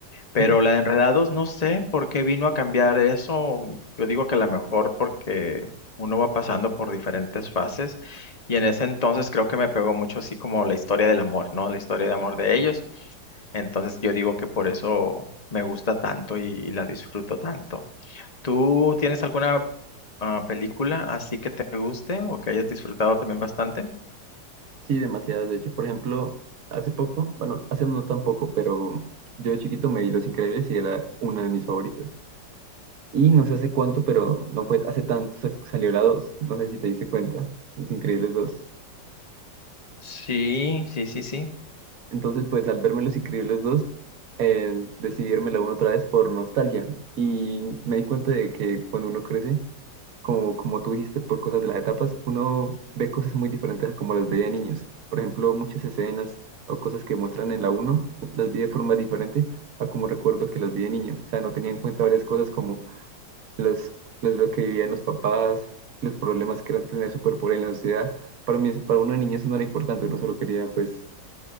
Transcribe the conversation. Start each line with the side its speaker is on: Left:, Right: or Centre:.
Left: Pero
Right: Sí.
Left: la de Enredados, no sé por qué vino a cambiar eso. Yo digo que a lo mejor porque uno va pasando por diferentes fases y en ese entonces creo que me pegó mucho así como la historia del amor, ¿no? La historia de amor de ellos. Entonces yo digo que por eso me gusta tanto y, y la disfruto tanto. ¿Tú tienes alguna ah, película así que te guste o que hayas disfrutado también bastante?
Right: Sí, demasiadas. De hecho, por ejemplo, hace poco, bueno, hace no tan poco, pero yo de chiquito me vi Los Increíbles y era una de mis favoritas. Y no sé hace cuánto, pero no fue hace tanto, sa- salió la dos No sé si te diste cuenta, Los Increíbles dos
Left: Sí, sí, sí, sí.
Right: Entonces, pues al verme Los Increíbles dos eh, decidí verme la uno otra vez por nostalgia. Y me di cuenta de que cuando uno crece, como, como tú dijiste, por cosas de las etapas, uno ve cosas muy diferentes a como las veía de niños. Por ejemplo, muchas escenas o cosas que muestran en la uno las vi de forma diferente a como recuerdo que las vi de niño. O sea, no tenía en cuenta varias cosas como las, las- lo que vivían los papás, los problemas que eran tener superpoder en la sociedad. Para mí, para una niño eso no era importante, uno solo quería, pues,